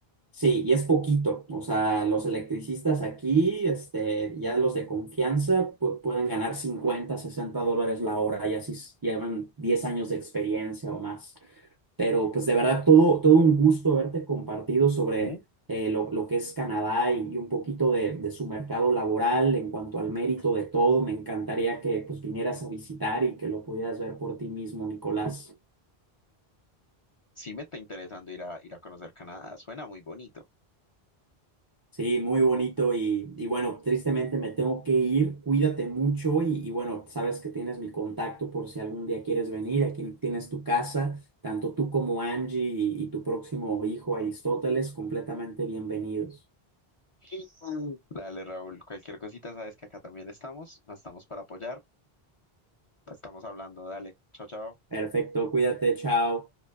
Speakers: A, on the right; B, on the left.
A: sí, y es poquito, o sea, los electricistas aquí, este, ya los de confianza pu- pueden ganar cincuenta sesenta dólares la hora, ya si s- llevan 10 años de experiencia o más. Pero pues de verdad, todo, todo un gusto haberte compartido sobre
B: ujú.
A: eh, lo, lo que es Canadá y, y un poquito de, de su mercado laboral en cuanto al mérito de todo. Me encantaría que pues vinieras a visitar y que lo pudieras ver por ti mismo, Nicolás.
B: Sí me está interesando ir a, ir a conocer Canadá, suena muy bonito.
A: Sí, muy bonito y, y bueno, tristemente me tengo que ir. Cuídate mucho y, y bueno, sabes que tienes mi contacto por si algún día quieres venir. Aquí tienes tu casa, tanto tú como Angie y y tu próximo hijo Aristóteles, completamente bienvenidos.
B: <laughs> Dale, Raúl, cualquier cosita, sabes que acá también estamos, estamos para apoyar, estamos hablando, dale, chao, chao.
A: Perfecto, cuídate, chao.